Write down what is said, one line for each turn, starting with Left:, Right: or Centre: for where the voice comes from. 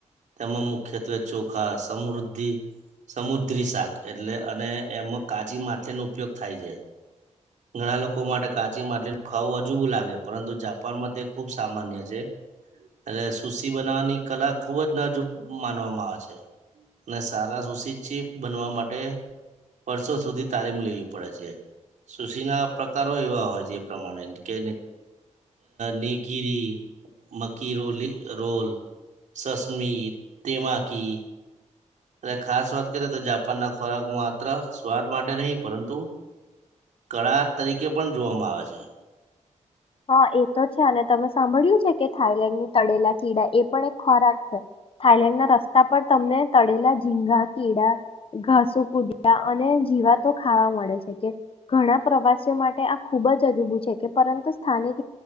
Right: તેમાં મુખ્યત્વે ચોખા સમૃદ્ધિ સમુદ્રી શાક, એટલે અને એમાં કાચી માછલીનો ઉપયોગ થાય છે. ઘણા લોકો માટે કાચી માછલી ખાવું અજુબું લાગે, પરંતુ જાપાનમાં તે ખૂબ સામાન્ય છે. એટલે સુસી બનાવવાની કલા ખુબ જ નાજુબ માનવામાં આવે છે અને સારા સુશી ચીફ બનવા માટે વર્ષો સુધી તાલીમ લેવી પડે છે. સુશીના પ્રકારો એવા હોય જે પ્રમાણે, કે અ નિગીરી, મકીરોલી રોલ, સસમી, તેમાકી. અને ખાસ વાત કરીએ તો જાપાન ના ખોરાક માત્ર સ્વાદ માટે નહીં, પરંતુ કળા તરીકે પણ જોવામાં આવે છે.
Left: હા એ તો છે. અને તમે સાંભળ્યું છે, કે થાઈલેન્ડની તળેલા કીડા એ પણ એક ખોરાક છે. થાઈલેન્ડના રસ્તા પર તમને તળેલા ઝીંગા, કીડા, ઘાસુ, કુદ્યા અને જીવાતો ખાવા મળે છે. કે ઘણા પ્રવાસીઓ માટે આ ખૂબ જ અજુબુ છે કે. પરંતુ સ્થાનિક